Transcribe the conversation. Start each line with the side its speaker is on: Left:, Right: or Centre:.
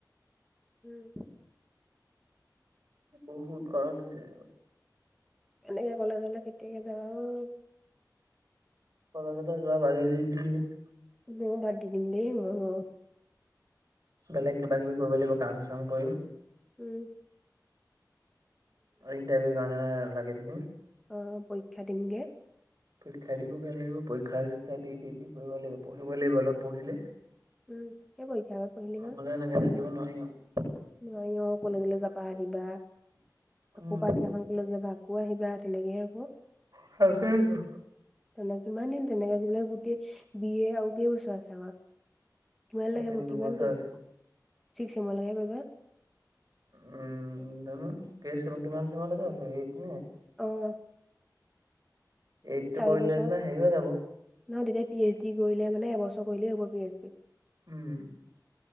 Centre: উম।
Right: বহুত গৰম উঠিছে।
Centre: এনেকে কলেজলে কেতিয়াকে যাব অ।
Right: কলেজলে যোৱা বাদেই দি দিম নিকি।
Centre: মইও বাদ দি দিম দেই ইমান গৰমত।
Right: বেলেগ কিবা কিবি কৰিব লাগিব কাম চাম কৰিম।
Centre: উম।
Right: ইণ্টাৰভিউ কাৰণে লাগি থাকিম।
Centre: আহ পৰীক্ষা দিমগে।
Right: পৰীক্ষা দিবগে লাগিব পৰীক্ষা চৰূপক্ষা দি কৰিব লাগিব পঢ়িব লাগিব অলপ পঢ়িলে।
Centre: উম, সেইবোৰেই আৰু পঢ়িলেই
Right: নহ'লে
Centre: হল।
Right: এনেকে থাকিব নোৱাৰি আও।
Centre: নোৱাৰি অ কলেজলৈ যাবা আহিবা।।
Right: উম,
Centre: আকৌ পাছদিনাখন কলেজ যাবা, আকৌ আহিবা তেনেকেহে হ'ব।
Right: তাকেইতো।
Centre: তেনে কিমান দিন তেনেকে বিলাক গোটেই বিয় আৰু কেইবছৰ আছে আমাক। কিমান
Right: আৰু
Centre: লগাব
Right: তিনি দুবছৰ
Centre: কিমান কৰিব,
Right: আছে।
Centre: চিক্স ছেমৰ লেকে কৰিব।
Right: উম, জানো কে কিমান চন লৈকে আছে এইটো নে।
Centre: আহ।
Right: এইটটো
Centre: চাৰি
Right: কৰিলে
Centre: বছৰ,
Right: যেনিবা হেৰি হৈ যাব।
Centre: নহয় তেতিয়া পি এইচ ডি কৰিলে মানে এবছৰ কৰিলেই হব পি এইচ ডি।
Right: উম।